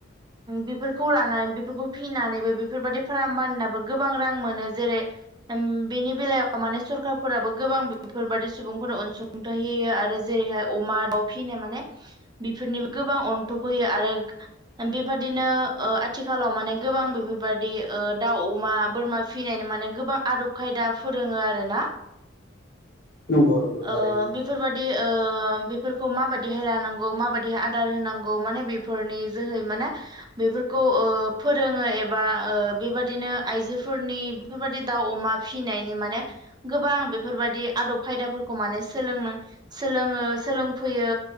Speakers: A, on the right; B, on the left.
A: बेफोरखौ लानानै बेफोरखौ फिनानैबो बेफोरबायादि फार्बाननाबो गोबां रां मोनो जेरै उम बेनि बेलायाव माने सरखारफोराबो गोबां बेफोरबादि सुबुंफोरनो अनसुंथाइ होयो आरो जेरैहाय अमा दाउ फिनो माने बेफोरनिबो गो गोबां अन्थब होयो आरो बेबादिनो आथिखालाव माने गोबां बेफोरबायादि ओ दाव अमा बोरमा फिनायनि माने गोबां आदब खायदा फोरोङो आरो ना।
B: नामा नोंथाङा नंगौ औ नंगौ नंगौ थारैनो
A: ओ बेफोरबादि ओ बेफोरखौ मा बायदिहाय लानांगौ मा बायदिहा आदार होनांगौ माने बेफोरनि जोहै माने बेफोर फोर ओ फोरोङो एबा ओ बेबायदिनो आइजोफोरनि बेफोरबायदि दाउ अमा फिनायनि माने गोबां बेफोरबायदि आदब खायदाफोरखौ माने सोलोंनो सोलोङो सोलोंफैयो